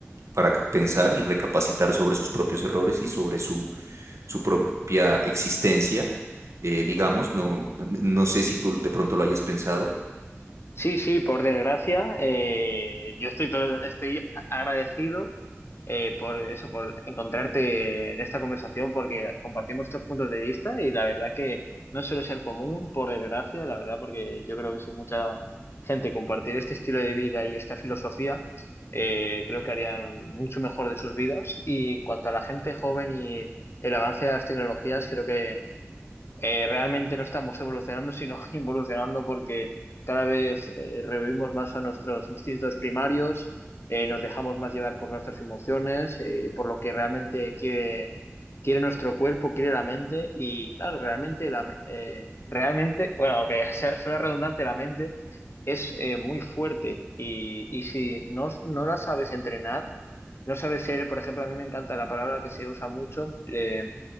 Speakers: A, on the right; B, on the left.
A: para pensar y recapacitar sobre sus propios errores y sobre su, su propia existencia, eh, digamos, no, no sé si tú de pronto lo hayas pensado.
B: Sí, sí, por desgracia, eh, yo estoy, todo- estoy agradecido eh, por eso, por encontrarte en esta conversación, porque compartimos estos puntos de vista y la verdad que no suele ser común, por desgracia, la verdad, porque yo creo que si mucha gente compartir este estilo de vida y esta filosofía, eh, creo que harían mucho mejor de sus vidas. Y en cuanto a la gente joven y el avance de las tecnologías, creo que eh, realmente no estamos evolucionando, sino <laughs> involucionando porque cada vez eh, revivimos más a nuestros instintos primarios, eh, nos dejamos más llevar por nuestras emociones, eh, por lo que realmente quiere, quiere nuestro cuerpo, quiere la mente y claro, realmente, la, me- eh, realmente, bueno, aunque <laughs> sea, suena redundante, la mente es eh, muy fuerte y, y si no, no la sabes entrenar, no sabes ser, por ejemplo, a mí me encanta la palabra que se usa mucho. eh,